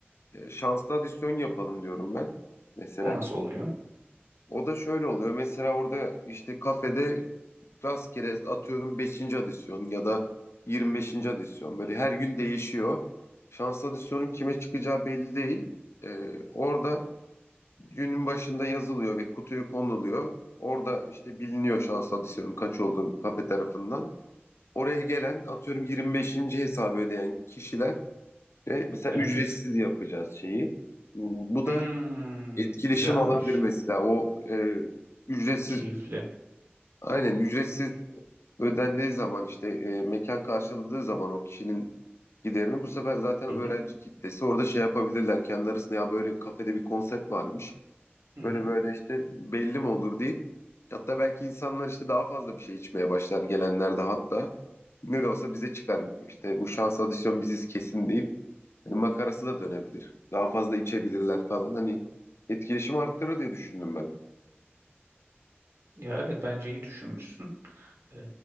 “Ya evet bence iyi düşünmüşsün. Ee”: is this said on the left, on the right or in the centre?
Right